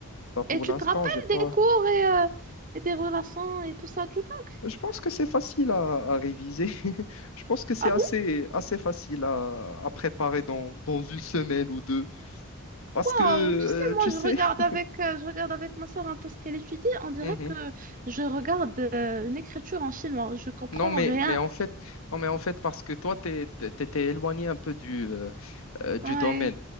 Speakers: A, on the left (about 70°); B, on the right (about 35°).
A: Bah, pour
B: Et tu
A: l'instant,
B: te rappelles
A: j'ai pas,
B: des cours et, euh, et des relations et tout ça du bac?
A: Je pense que c'est facile à, à réviser. <laughs> Je pense que c'est
B: Ah
A: assez,
B: bon,
A: assez facile à, à préparer dans, dans une semaine ou deux. Parce
B: waouh.
A: que, euh,
B: Tu sais,
A: tu
B: moi, je
A: sais,
B: regarde
A: <laughs>
B: avec, euh, je regarde avec ma soeur un peu ce qu'elle étudie. On dirait
A: Mhm.
B: que je regarde euh, une écriture en chinois. Je comprends
A: Non, mais,
B: rien.
A: mais en fait, non, mais en fait, parce que toi, tu étais éloigné un peu du, euh, euh, du
B: Ouais,
A: domaine.